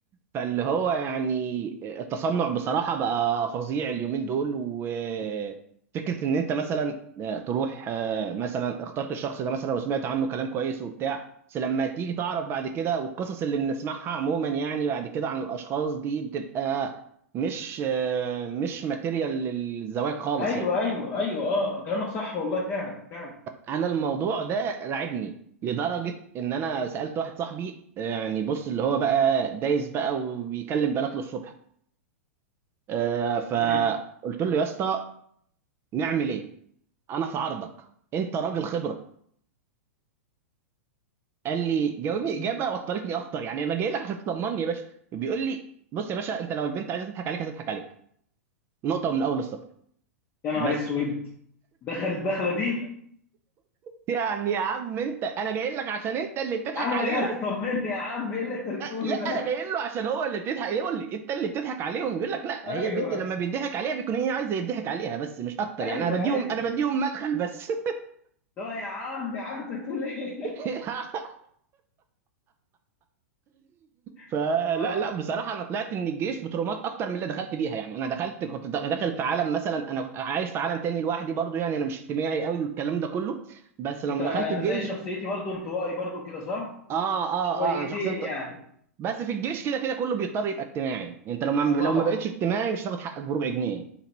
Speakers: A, on the right; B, on the left.
A: فاللي هو يعني التصنع بصراحة بقى فظيع اليومين دول وفكرة إن أنت مثلا آه، تروح آه، مثلا اخترت الشخص ده مثلا وسمعت عنه كلام كويس وبتاع بس لما تيجي تعرف بعد كده والقصص اللي بنسمعها عموما يعني بعد كده عن الأشخاص دي بتبقى مش آه، مش ماتيريال للزواج خالص
B: ايوه
A: يعني
B: ايوه ايوه اه كلامك صح والله فعلا فعلا
A: أنا الموضوع ده رعبني لدرجة إن أنا سألت واحد صاحبي آه، يعني بص اللي هو بقى دايس بقى وبيكلم بنات للصبح آه، فقلت
B: امم
A: له يا اسطى نعمل ايه انا في عرضك انت راجل خبره قال لي جاوبني اجابه وطرتني اكتر يعني انا جاي لك عشان تطمني يا باشا بيقول لي بص يا باشا انت لو البنت عايزه تضحك عليك هتضحك عليك نقطه من اول السطر
B: يا نهار
A: بس
B: اسود دخل الدخله دي
A: يعني يا عم انت انا جاي لك عشان انت اللي بتضحك
B: يا عم
A: عليهم
B: انا جاي لك تطمني يا عم ايه اللي انت بتقوله
A: لا انا
B: ده
A: جاي له عشان هو اللي بتضحك إيه يقول لي انت اللي بتضحك عليهم يقول لك لا
B: ايوه
A: هي البنت لما بيضحك عليها بيكون هي عايزه يضحك عليها بس مش اكتر
B: ايوه
A: يعني انا بديهم
B: ايوه
A: انا بديهم مدخل بس
B: لا يا عم يا عم انت بتقول ايه
A: <laughs> فلا
B: <laughs> اه
A: لا بصراحه انا طلعت من الجيش بترومات اكتر من اللي دخلت بيها يعني انا دخلت كنت داخل في عالم مثلا انا كنت عايش في عالم تاني لوحدي برضو يعني انا مش اجتماعي قوي والكلام ده كله بس لما
B: انت انت
A: دخلت الجيش
B: زي شخصيتي برضو انطوائي برضو كده صح
A: اه اه
B: شويتين
A: اه انا شخصيا ط-
B: يعني
A: بس في الجيش كده كده كله بيضطر يبقى اجتماعي يعني انت لو ما
B: اه طبعا
A: لو ما بقتش اجتماعي مش هتاخد حقك بربع جنيه